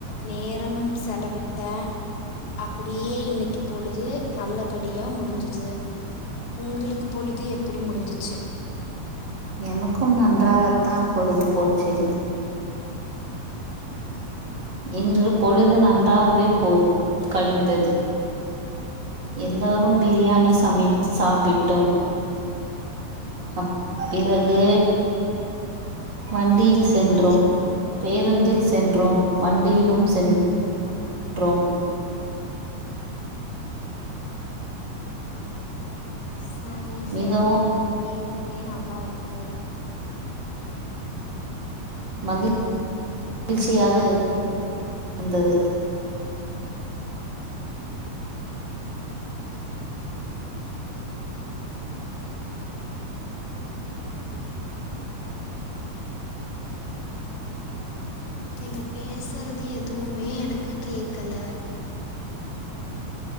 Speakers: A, on the left; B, on the right.
A: நேரம் செல விட் ட அப்படியே இன்னைக்கு பொழுது நல்லபடியா முடிஞ்ஜது உங்ளுக்கு பொழுது எப்படி முடிஞ்சிச்சி
B: எனக்கும் நன்றாக தான் பொழுது போச்சு இன்று பொழுது நன்றாகவே போ கழிந்தது எல்லாரும் பிரியாணி சமைத் சாப்பிட்டோம் அப் பிறகு வண்டியில் சென்றோம்
A: வண்டி
B: பேருந்தில் சென்றோம் வண்டியிலும் சென் றோம்
A: சாரி சாரி
B: மிகவும்
A: கேக்கவே நல்லாருக்கு
B: மகி ழ்ச்சியாக இரு ந்தது
A: நீங்க பேசறது எதுவுமே எனக்கு கேக்கல